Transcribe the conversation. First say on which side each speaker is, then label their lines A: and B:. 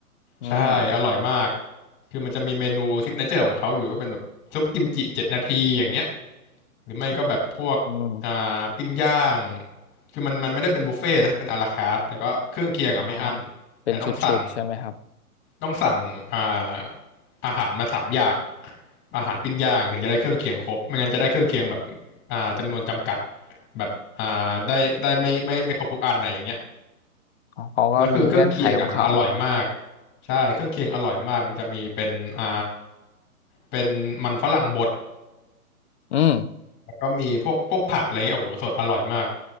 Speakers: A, on the left; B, on the left.
A: อืม
B: ใช่อร่อยมากคือมันจะมีเมนูซิกเนเจอร์ของเขาอยู่ก็เป็นแบบซุปกิมจิเจ็ดนาทีอย่างเงี้ย หรือไม่ก็แบบพวกอ่าปิ้งย่าง
A: ครับอืม
B: คือมันมันไม่ได้เป็นบุฟเฟ่ต์นะเป็นอาราคาร์ทแต่ก็เครื่องเคียงอ่ะไม่อั้น
A: อ๋อเป็นชุดๆใช่ไหมครับ
B: แต่ต้องสั่งต้องสั่งอ่าอาหารมาสามอย่างอาหารปิ้งย่างถึงจะได้เครื่องเคียงครบไม่งั้นจะได้เครื่องเคียงแบบอ่าจำนวนจำกัดแบบอ่าได้ได้ไม่ไม่ไม่ครบทุกอันนะอย่างเงี้ย
A: อ๋อเขาก็มีเงื่อนไขของเขา
B: แล้วคือเครื่องเคียงอ่ะมันอร่อยมากใช่เครื่องเคียงอร่อยมากมันจะมีเป็นอ่าเป็นมันฝรั่งบด
A: อืม
B: แล้วก็มีพวกพวกผักอะไรเงี้ยโอ้โหสดอร่อยมาก